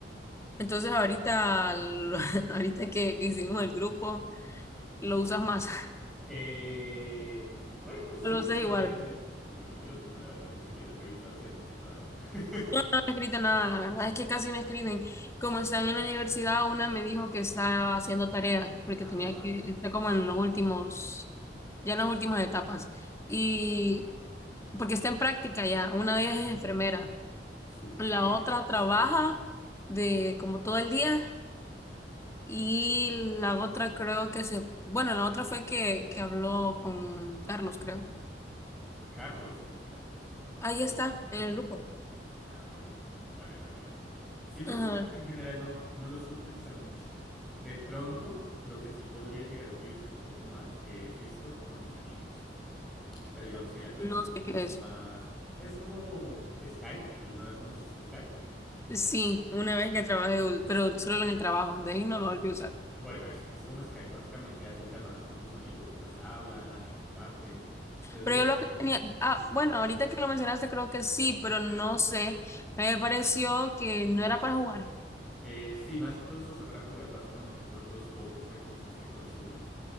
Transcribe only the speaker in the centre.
Eh, bueno, sí,
se podría
decir. Pues yo creo que lo mismo, la verdad, ni siquiera he revisado si han escrito algo. <laughs>
Ah,
vale.
Súper.
Mm,
súper
bien.
Carlos, ¿quién es Carlos?
Ah, vale, vale, vale, vale. Si no,
mira, en general no, no los suelo utilizar mucho. De pronto, lo que sí podría llegar a utilizar un poco más es Discord con mis amigos. Pero digamos que la conexión
es
un
poco
más... Es como Skype. ¿Alguna vez conociste Skype?
Bueno, eso, es como Skype. Básicamente haces llamadas con tus amigos y pues hablan y comparten. Entonces,
digamos
que
sí.
Eh, sí, más que todo se usa para jugar básicamente por los pocos recursos que consume.